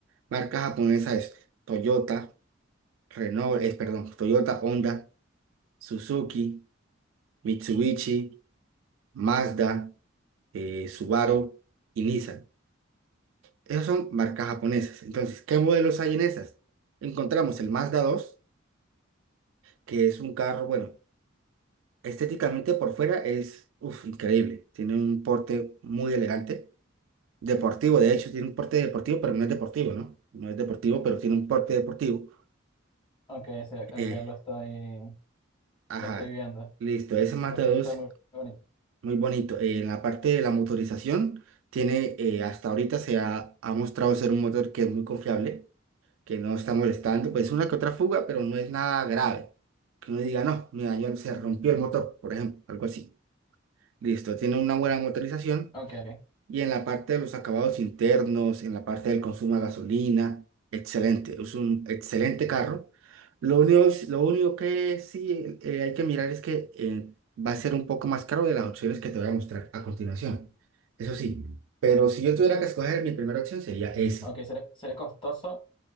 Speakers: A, on the right; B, on the left.
A: marcas japonesas es Toyota, Renault, es perdón, Toyota, Honda, Suzuki, Mitsubishi, Mazda, eh, Subaru y Nissan. Esas son marcas japonesas. Entonces, ¿qué modelos hay en esas? Encontramos el Mazda dos, que es un carro, bueno, estéticamente por fuera es, uf, increíble. Tiene un porte muy elegante, deportivo, de hecho, tiene un porte deportivo, pero no es deportivo, ¿no? No es deportivo, pero tiene un porte deportivo.
B: Ok, sí,
A: Eh,
B: aquí lo estoy,
A: ajá,
B: lo estoy viendo.
A: listo, ese Mazda
B: Se ve
A: dos.
B: se ve muy bonito.
A: Muy bonito. Eh, en la parte de la motorización, tiene, eh, hasta ahorita se ha, ha mostrado ser un motor que es muy confiable, que no está molestando, pues una que otra fuga, pero no es nada grave. Que uno diga, no, me dañó, se rompió el motor, por ejemplo, algo así. Listo, tiene una buena motorización.
B: Ok, ok.
A: Y en la parte de los acabados internos, en la parte del consumo de gasolina, excelente. Es un excelente carro. Lo único, lo único que sí eh, hay que mirar es que eh, va a ser un poco más caro de las opciones que te voy a mostrar a continuación. Eso sí, pero si yo tuviera que escoger, mi primera opción sería esa.
B: Ok, sería, sería costoso.